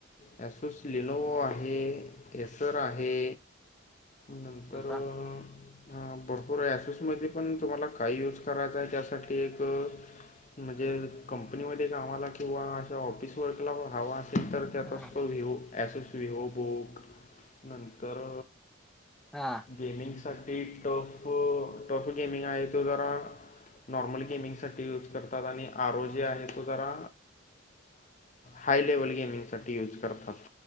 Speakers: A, on the left (about 35°); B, in the centre.
A: ॲसोस लीनोवो आहे एसर आहे. नंतर
B: होय का
A: ह भरपूर आहे असोसमध्ये पण तुम्हाला काय यूज करायचं आहे त्यासाठी एक म्हणजे कंपनीमध्ये कामाला किंवा अशा ऑफिस वर्कला हवा असेल तर त्यात
B: हा
A: असतो व्ही ओ ॲसोस रिओ बुक नंतर
B: हा
A: गेमिंगसाठी टॉप टॉप गेमिंग आहे तो जरा नॉर्मल गेमिंगसाठी युज करतात आणि आरोज जे आहे तो जरा हाय लेवल गेमिंगसाठी यूज करतात.